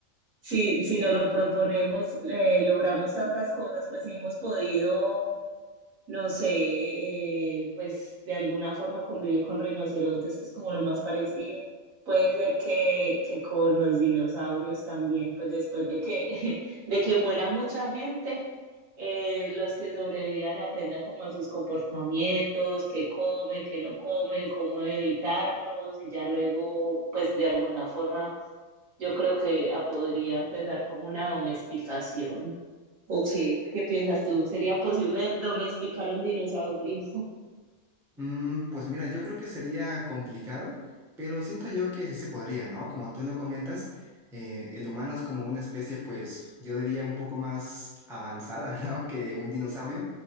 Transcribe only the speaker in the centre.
Mm, pues mira, yo creo que sería complicado, pero siento yo que sí se podría, ¿no? Como tú lo comentas, eh, el humano es como una especie, pues yo diría un poco más avanzada, <laughs> ¿no? Que un dinosaurio,